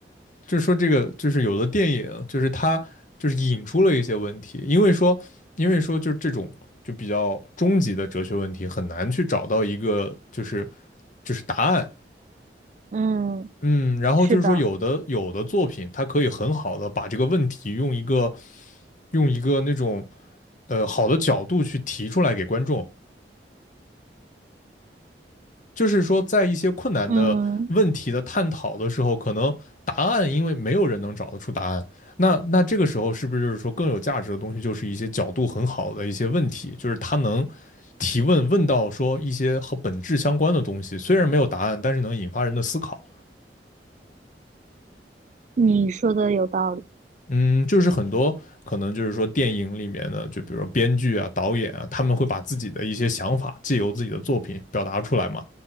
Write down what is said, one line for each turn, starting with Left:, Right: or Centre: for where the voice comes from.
Left: 就是说这个就是有的电影就是它就是引出了一些问题，因为说因为说就是这种就比较终极的哲学问题很难去找到一个就是就是答案，
Right: 嗯，
Left: 嗯，然后就是说有的有的作品它可以很好的把这个问题用一个
Right: 是的，
Left: 用一个那种呃好的角度去提出来给观众，就是说，在一些困难的问题的探讨的时候，
Right: 嗯。
Left: 可能答案因为没有人能找得出答案，那那这个时候是不是就是说更有价值的东西，就是一些角度很好的一些问题，就是他能提问问到说一些和本质相关的东西，虽然没有答案，但是能引发人的思考。
Right: 你说的有道理。
Left: 嗯，就是很多可能就是说电影里面的，就比如说编剧啊、导演啊，他们会把自己的一些想法借由自己的作品表达出来嘛。